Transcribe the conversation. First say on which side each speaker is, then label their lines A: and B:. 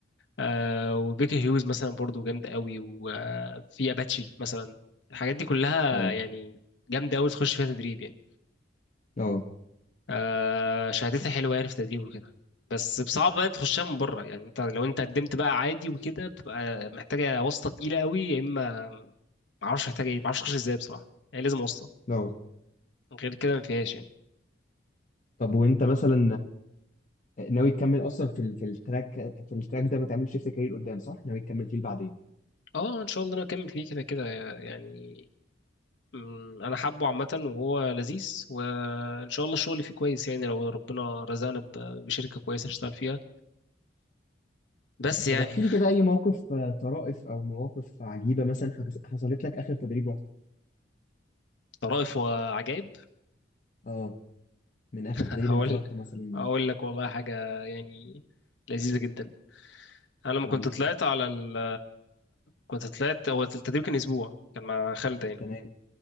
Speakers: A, on the left; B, on the left.
A: آه وبيكر هيوز مثلا برضو جامده قوي وفي اباتشي مثلا الحاجات دي كلها
B: اه
A: يعني جامده قوي تخش فيها تدريب يعني
B: اه
A: آه شهادتها حلوه يعني في تدريب وكده بس صعب بقى تخشها من بره يعني انت لو انت قدمت بقى عادي وكده بتبقى محتاجه واسطه تقيله قوي يا اما ما اعرفش محتاج ايه ما اعرفش اخش ازاي بصراحه يعني لازم واسطه
B: اه
A: غير كده ما فيهاش يعني
B: طب وانت مثلا آه، ناوي تكمل اصلا في ال- في التراك في التراك ده ما تعملش شيفت كارير قدام صح ناوي تكمل فيه بعدين
A: اه ان شاء الله انا اكمل فيه كده كده يعني أمم، انا حابه عامه وهو لذيذ وان شاء الله الشغل فيه كويس يعني لو ربنا رزقنا ب- بشركه كويسه نشتغل فيها بس يعني
B: طب احكي لي كده اي موقف آه، طرائف او مواقف عجيبة مثلا حك- حصلت لك اخر تدريب رحت
A: طرائف وعجائب
B: اه من اخر
A: <laughs> هقول
B: تدريب انت رحته مثلا
A: اقول لك والله حاجه يعني لذيذه جدا انا لما
B: قول
A: كنت
B: لي.
A: طلعت على ال كنت طلعت هو التدريب كان اسبوع كان مع خالد يعني
B: تمام